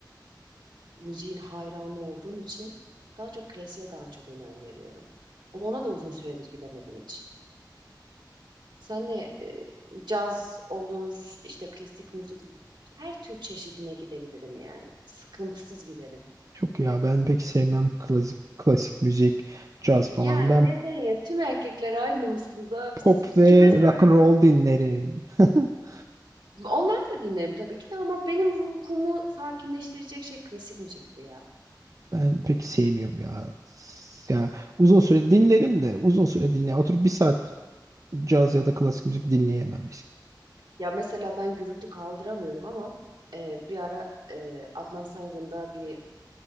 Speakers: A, on the right; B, on the right.
A: müziğin hayranı olduğum için daha çok klasiğe daha çok önem veriyorum. Ama ona da uzun süredir gidemedim hiç. Senle e, caz olur, işte klasik müzik her tür çeşidine gidebilirim yani. Sıkıntısız giderim.
B: Yok ya ben pek sevmem klasik klasik müzik, caz
A: Ya
B: falan. Ben
A: neden ya? Tüm erkekler aynı mısınız abi?
B: pop
A: Siz
B: ve
A: kime soruyorum?
B: rock and roll dinlerim. <laughs>
A: Onları da dinlerim tabii ki de ama benim ruhumu sakinleştirecek şey klasik müzikti ya.
B: Ben pek sevmiyorum ya. S- Ya uzun süre dinlerim de uzun süre dinleyemem. Oturup bir saat caz ya da klasik müzik dinleyemem. biz.
A: Ya mesela ben gürültü kaldıramıyorum ama e, bir ara e, Adnan Saygın'da bir